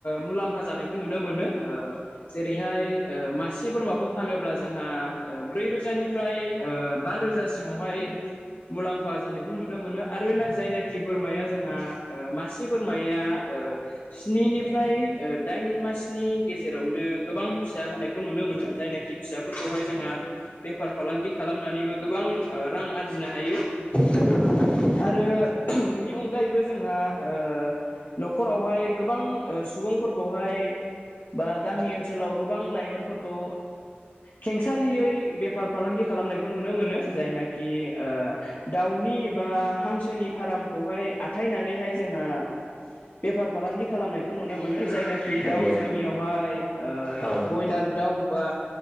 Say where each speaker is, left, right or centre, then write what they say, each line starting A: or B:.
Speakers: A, on the left; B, on the left.
A: मुलाम्फा जानायखौ ओ नुनो मोनो जेरैहाय बेहाय मासे बोरमाखौ फानोब्ला जोंहा ब्रै रोजानिफ्राय बा रोजासिमावहाय मुलाम्फा जानायखौ नुनो मोनो आरोना जायनाखि बोरमाया जोंहा ओ मासे बोरमाया ओ स्निनिफ्राय दाइन मासनि गेजेरावनो गोबां फिसा होनायखौ नुनो मोन जायनाखि फिसाफोरखौहाय जोंहा बेफार फालांगि खालामनानैबो गोबां रां आरजिनो हायो
B: नंगौ नंगौ
A: आरो बिनि अनगायैबो जोंहा ओ न'खरावहाय गोबां ओ सुबुंफोरखौहाय बा गामि ओनसोलाव गोबां लाइमोनफोरखौ खेंसालियै बेफार फालांगि खालामनायखौ नुनो मोनो जायनाखि ओ दाउनि बा हांसोनि फार्मखौहाय आ जनानैहाय जोंहा बेफार फालांगि खालामनायखौ नुनो मोनो
B: नंगौ
A: जायना खि दाउ जोंनियावहाय ओ
B: औ
A: बयलार दाउ बा